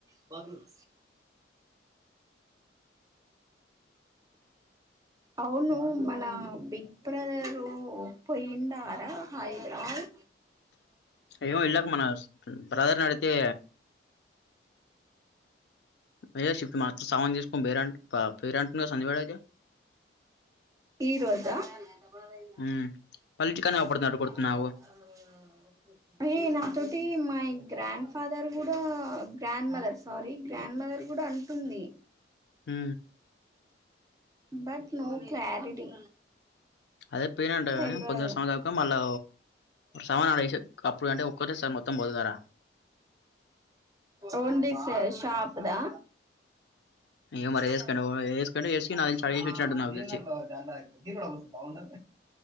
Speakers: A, on the right; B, on the left.
A: బాత్ రూమ్ అవును మన బిగ్ బ్రదరు ఒపోయిండార హైదరాబాద్
B: అయ్యో ఇళ్ళ కు మన సర్ నడిత కే అయ్య శి మా సౌండ్ తీసుకొని బేరంట్ పేరంట్ సంధ్య కాడ అయితే
A: ఈరోజ పది
B: ఉమ్ వాళ్ళ ఇంటికాన్నే అవుపడుతున్నట్టు
A: అయ్యిందా
B: కొడుతున్నావు
A: అయినా ఒకోటి మాగ్రాండ్ ఫాదర్ కూడా grandmother sorry grandmother కూడా అంటుంది
B: హు
A: బట్ నో క్లారిటీ
B: అదే పోయినంట
A: తెల్వదు
B: కానీ పొద్దున సాయంత్రం దాకా మళ్ళా సామాన్ ఆడ ఏసి అప్పుడు అంటే ఒక్కటే సారి మొత్తం పోదుగారా
A: ఓన్లీ సే టాప్ అదా
B: ఇగ మరి
A: ఆ
B: ఏసుకుండు ఏసుకుండు ఏసి
A: బాత్రూం
B: నాకు తెలిసి ఆడేసి వచ్చినట్టు నాకు తెలిసి
A: లో దేవనాలా తీరుస్త బాగుండ